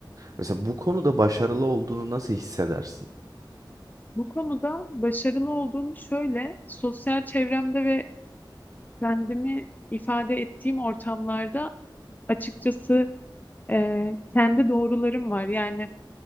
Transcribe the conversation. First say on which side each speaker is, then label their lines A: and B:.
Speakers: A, on the right; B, on the left.
A: Mesela bu konuda başarılı olduğunu nasıl hissedersin?
B: Bu konuda başarılı olduğum şöyle, sosyal çevremde ve kendimi ifade ettiğim ortamlarda açıkçası e, kendi doğrularım var. Yani